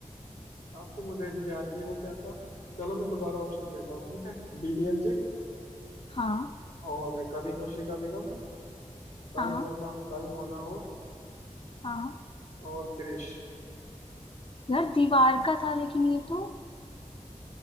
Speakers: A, on the left (about 70°); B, on the left (about 45°).
A: अब तो मुझे भी ध्यान नहीं है वो क्या था चलो मैं दोबारा ऑप्शन देता हूँ ठीक है डीडीएलजे
B: हाँ
A: और कभी खुशी कभी गम कल
B: हाँ
A: होना कल होना हो
B: हाँ
A: और क्रिश
B: यार दीवार का था लेकिन ये तो